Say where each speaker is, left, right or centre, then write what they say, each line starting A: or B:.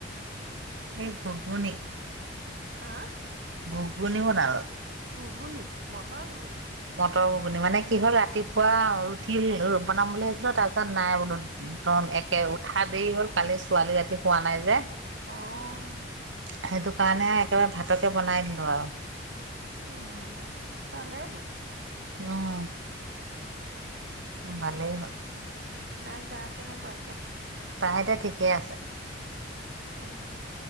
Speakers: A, on the right; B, on the right.
A: এই ঘুগুনী।
B: আঁ
A: ঘুগুনি বনালো।
B: ঘুগুনি? মটৰ ঘুগুনি।
A: টৰ ঘুগুনী, মানে কি হ'ল ৰাতিপুৱা ৰুটি বনাম বুলি ভাবিছিলো তাৰপিছত নাই বোলো একে উঠা দেৰি হ'ল, কালি ছোৱালী ৰাতি শোৱা নাই যে।
B: অ'
A: সেইটো কাৰণে একেবাৰে ভাতকে বনাই দিলো আৰু।
B: উম পালেই হ'ল।
A: অ' উম ভালেই হ'ল।
B: তাই গা কেনেকুৱা এতিয়া?
A: তাই এতিয়া ঠিকেই আছে।
B: উম,